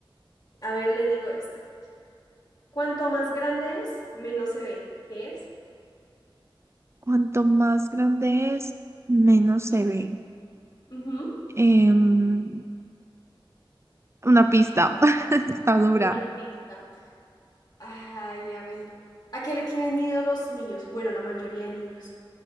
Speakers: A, on the left; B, on the right.
A: A ver, le digo esta. Cuanto más grande es, menos se ve. ¿Qué es?
B: Cuanto más grande es, menos se ve.
A: Ujú,
B: Em, una pista <laughs> está dura.
A: Una pista. Ay, a ver. ¿A qué le tienen miedo los niños? Bueno, la mayoría de niños.